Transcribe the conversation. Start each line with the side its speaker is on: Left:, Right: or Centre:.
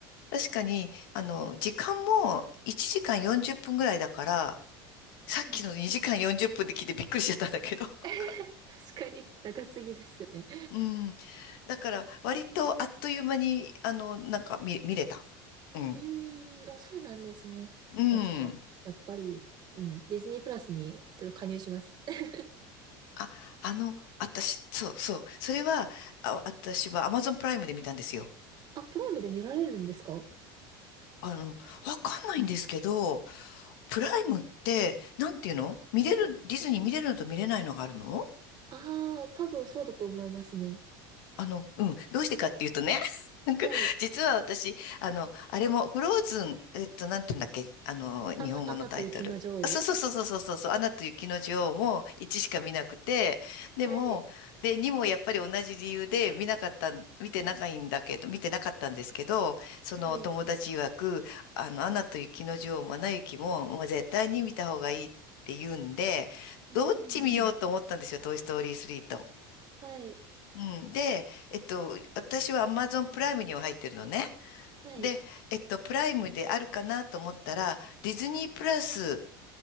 Left: 確かに、あの、時間も1時間40分ぐらいだから、さっきの2時間40分で聞いてびっくりしちゃったんだけど。
Right: うん
Left: <laughs>
Right: <laughs> 確かに長すぎですよね。
Left: うん。だから、割とあっという間に、あの、なんか見、見れた。うん。
Right: うん。あ、そうなんですね。
Left: うん。
Right: あ、じゃあ、やっぱり、うん。ディズニープラスにちょっと加入します。<laughs>
Left: あ、あの、私、そうそう。それは、あ、私は Amazon プライムで見たんですよ。
Right: あ、プライムで見られるんですか
Left: あの、わかんないんですけど、プライムって、なんていうの見れる、ディズニー見れるのと見れないのがあるの
Right: ああー、多分そうだと思いますね。
Left: あの、うん、どうしてかっていうとね、<laughs> なんか、
Right: はい。
Left: 実は私、あの、あれも、フローズン、えっと、なんていうんだっけ、あの、日本語のタイトル。
Right: アナ、アナと雪の女王
Left: あそうそうそうそうそうそうそう、アナと雪の女王も1しか見なくて、でも、
Right: はい。
Left: で、2もやっぱり同じ理由で見なかったん、見てないんだけど、見てなかったんですけど、その友達曰く、
Right: はい。
Left: あの、アナと雪の女王もアナ雪も、もう絶対に見た方がいいって言うんで、
Right: うんう
Left: どっち見ようと思ったんですよ、
Right: んうん。
Left: トイ・ストーリー3と。
Right: はい。
Left: うん。で、えっと、私は Amazon プライムには入ってるのね。
Right: はい。
Left: で、えっと、プライムであるかなと思ったら、ディズニープラス